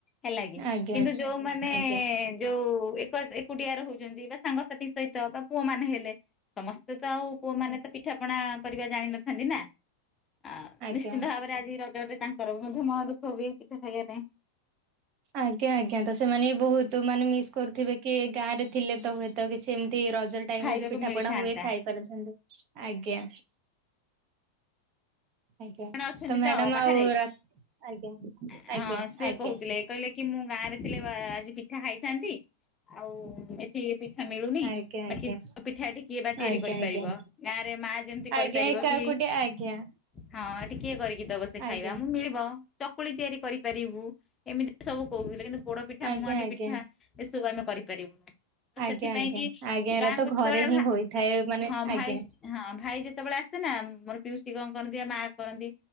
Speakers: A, on the left; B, on the right.
A: ହେଲା କି
B: ଆଜ୍ଞା
A: କିନ୍ତୁ ଯୋଉମାନେ
B: ଆଜ୍ଞା ଆଜ୍ଞା
A: ଯୋଉ ଏକ ଏକୁଟିଆ ରହୁଛନ୍ତି ବା ସାଙ୍ଗସାଥି ସହିତ ବା ପୁଅ ମାନେ ହେଲେ ସମସ୍ତେ ସେ ତ ଆଉ ପୁଅମାନେ ତ ପିଠା ପଣା କରିବା ଜାଣିିନଥାନ୍ତି ନା। ଆ
B: ଆଜ୍ଞା।
A: ନିଶ୍ଚିନ୍ତ
B: ଆଜ୍ଞା
A: ଭାବରେ ଆଜି ରଜରେ ତାଙ୍କର ବି ମଧ୍ୟ ମନ ଦୁଃଖ ହୁଏ ପିଠା ଖାଇବା ପାଇଁ।
B: ଆଜ୍ଞା ଆଜ୍ଞା ତ ସେମାନେ ବି ବହୁତ ମାନେ ମିସ୍ କରୁଥିବେ କି ଗାଁ ରେ ଥିଲେ ତ ହୁଏତ କିଛି ଏମତି ରଜ ଟାଇମରେ
A: ଖାଇବାକୁ
B: ଯୁ ପିଠା
A: ମିଳିଥାନ୍ତା
B: ପଣା ହୁଏ ଖାଇପାରିଥାନ୍ତି। ଆଜ୍ଞା। ଆଜ୍ଞା।
A: ଆପଣ ଅଛନ୍ତି
B: ମ୍ୟାଡାମ
A: ତ ବାହାରେ
B: ଆଉ
A: ଏ
B: ରା ଆଜ୍ଞା ଆଜ୍ଞା
A: ହଁ ସେ
B: ଆଜ୍ଞା।
A: କହୁଥିଲେ କହିଲେ କି ମୁଁ ଗାଁ ରେ ଥିଲେ ଆଜି ପିଠା ଖାଇଥାନ୍ତି ଆଉ ଏଠି ପିଠା ମିଳୁନି
B: ଆଜ୍ଞା ଆଜ୍ଞା
A: ବା କି ପିଠା ଟି କିଏ ବା ତିଆରି
B: ଆଜ୍ଞା
A: କରିପାରିବ
B: ଆଜ୍ଞା
A: ଗାଁ ରେ ମା ଯେମିତି କରିପାରିବ
B: ଆଜ୍ଞା ଏକାକୁଟିଆ
A: କି
B: ଆଜ୍ଞା
A: ହଁ ଏଠି କିଏ କରିକି ଦବ ସେ ଖାଇବା
B: ଆଜ୍ଞା
A: ଆମକୁ ମିଳିବ। ଚକୁଳି ତିଆରି କରିପାରିବୁ ଏମିତି ସବୁ କୋହୁଥୁଲେ କିନ୍ତୁ ପୋଡ ପିଠା,
B: ଆଜ୍ଞା
A: ମୁହାଣ୍ଡି
B: ଆଜ୍ଞା
A: ପିଠା ଏସବୁ ଆମେ କରିପାରିବୁନୁ। ତ ସେଥିପାଇଁ
B: ଆଜ୍ଞା ଆଜ୍ଞା
A: କି
B: ଆଜ୍ଞା ଏରା
A: ଗାଁକୁ
B: ତ ଘରେ
A: ଯେତେବେଳେ
B: ହିଁ
A: ଭା
B: ହୋଇଥାଏ ମାନେ
A: ହଁ ଭାଇ
B: ଆଜ୍ଞା
A: ହଁ ଭାଇ ଯେ ତବେଳେ ଆସେ ନା ମୋର ପିଉସୀ କଣ କରନ୍ତି ମାଆ କରନ୍ତି